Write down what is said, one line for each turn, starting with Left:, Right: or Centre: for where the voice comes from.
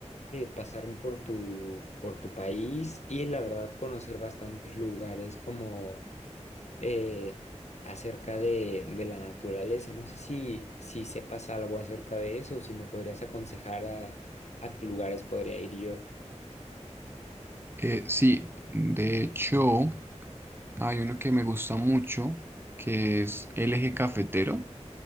Left: pasarme por tu, por tu país y la verdad conocer bastantes lugares como eh, acerca de, de la naturaleza. No sé si, si sepas algo acerca de eso o si me podrías aconsejar a, a qué lugares podría ir yo.
Right: Eh, sí, de hecho, hay uno que me gusta mucho, que es el Eje Cafetero,